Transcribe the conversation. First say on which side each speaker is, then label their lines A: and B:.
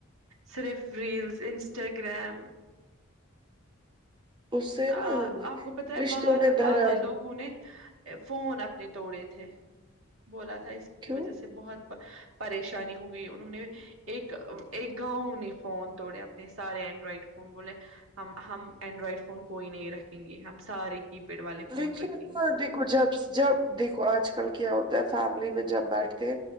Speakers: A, on the right; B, on the right.
A: صرف ریلز انسٹاگرام
B: اس سے نا
A: آپ کو پت ہے
B: رشتوں
A: باہر
B: میں
A: آگے
B: درار
A: لوگوں نے فون اپنے توڑے تھے بولا تھا اس کی
B: کیوں
A: وجہ سے بہت پریشانی ہو گئی انہوں نے ایک ایک گاؤںوں نے فون توڑے اپنے سارے اینڈرائڈ فون بولولے ہم ہم اینڈرائڈ فون کوئی نہیں رکھیں گے ہم سارے کی پیڈ والے فون
B: لیکن
A: رکھیں
B: کو
A: گے
B: دیک جب جب دیکھو آج کل کیا ہوتا ہے فیملی میں جب بیٹھتے ہیں